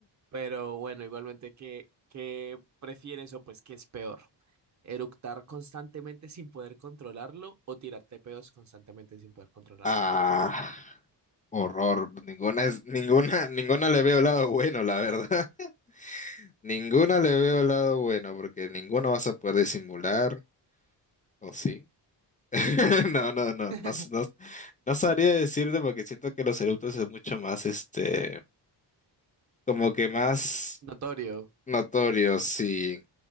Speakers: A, on the right; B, on the left.
A: pero bueno, igualmente, ¿qué, qué prefieres o pues qué es peor? ¿Eructar constantemente sin poder controlarlo o tirarte pedos constantemente sin poder controlarlo?
B: Ah, horror. Ninguna es, ninguna, ninguna le veo lado bueno, la verdad. <laughs> Ninguna le veo lado bueno, porque ninguno vas a poder disimular, ¿o sí? <laughs> No, no, no,
A: <laughs>
B: no, no, no sabría decirte porque siento que los eructos es mucho más este. como que más
A: Notorio.
B: notorio, sí.